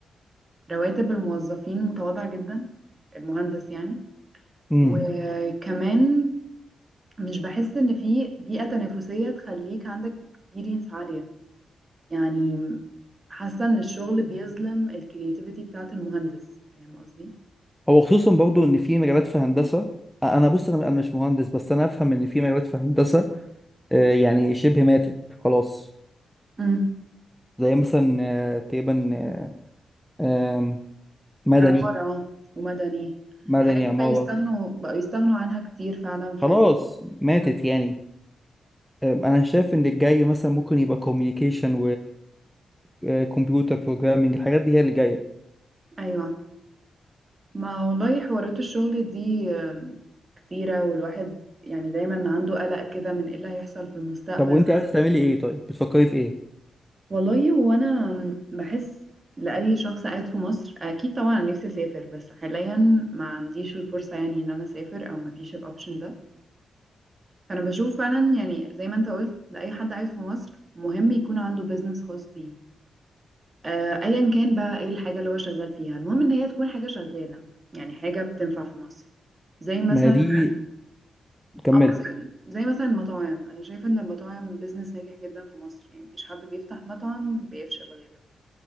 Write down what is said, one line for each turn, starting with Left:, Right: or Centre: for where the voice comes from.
Right: رواتب الموظفين متواضعه جدا المهندس يعني
Centre: امم
Right: وكمان مش بحس ان في بيئه تنافسيه تخليك عندك اكسبيرينس عاليه يعني حاسة ان الشغل بيظلم الكرياتيفيتي بتاعت المهندس فاهم قصدي؟
Centre: هو خصوصا برضو ان في مجالات في هندسه أ- انا بص انا أنا مش مهندس بس انا افهم ان في مجالات في هندسه آه، يعني شبه ماتت خلاص
Right: امم
Centre: زي مثلا آه، تقريبا آه، آم، مدني
Right: عمارة ومدني
Centre: مدني
Right: الحاجات دي
Centre: عماره
Right: بقى يستغنوا بقوا يستغنوا عنها كتير فعلا في
Centre: خلاص
Right: ال...
Centre: ماتت
Right: مم.
Centre: يعني آم، انا شايف ان الجاي مثلا ممكن يبقى كوميونيكيشن وكمبيوتر بروجرامنج الحاجات دي هي اللي جايه
Right: ايوه ما والله حوارات الشغل دي آم، كتيرة والواحد يعني دايما عنده قلق كده من ايه اللي هيحصل في المستقبل
Centre: طب وانت عايزه تعملي ايه طيب بتفكري في ايه
Right: والله هو انا آم، بحس لأي شخص قاعد في مصر اكيد طبعا نفسي اسافر بس حاليا ما عنديش الفرصة يعني ان انا اسافر او ما فيش الاوبشن ده فانا بشوف فعلا يعني زي ما انت قلت لاي حد عايش في مصر مهم يكون عنده بيزنس خاص بيه آه، ايا كان بقى ايه الحاجه اللي هو شغال فيها المهم ان هي تكون حاجه شغاله يعني حاجه بتنفع في مصر زي مثلا
Centre: ما هي دي كملي
Right: اه زي زي مثلا المطاعم انا شايفه ان المطاعم بيزنس ناجح جدا في مصر يعني مفيش حد بيفتح مطعم بيفشل غالبا